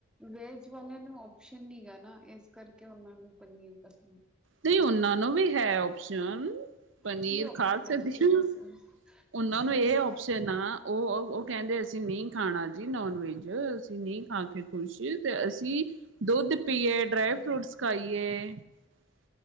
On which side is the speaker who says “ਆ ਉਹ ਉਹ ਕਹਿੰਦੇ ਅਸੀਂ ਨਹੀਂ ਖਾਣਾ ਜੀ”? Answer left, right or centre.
Right